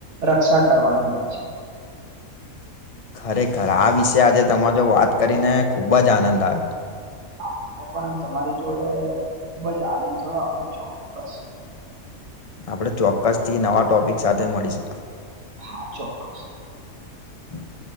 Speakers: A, on the right (about 55°); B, on the left (about 30°).
A: રક્ષા કરવાની હોય છે.
B: ખરેખર આ વિશે આજે તમા જો વાત કરીને ખુબ જ આનંદ આયો.
A: હા મને પણ એમ તમારી જોડે ખુબ જ આનંદ થયો આપડે ચોક્કસ
B: આપડે ચોક્કસથી નવા ટોપિક સાથે મળીશુ.
A: હા ચોક્કસ
B: <inaudible>